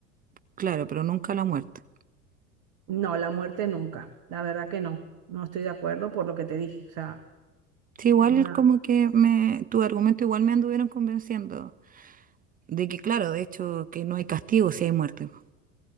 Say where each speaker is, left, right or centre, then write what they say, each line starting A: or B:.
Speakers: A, on the right (about 20°); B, on the right (about 45°).
A: claro, pero nunca la muerte.
B: No, la muerte nunca, la verdad que no, no estoy de acuerdo por lo que te dije. O sea,
A: Sí, igual
B: no.
A: como que me, tu argumento igual me anduvieron convenciendo de que, claro, de hecho, que no hay castigo si hay muerte.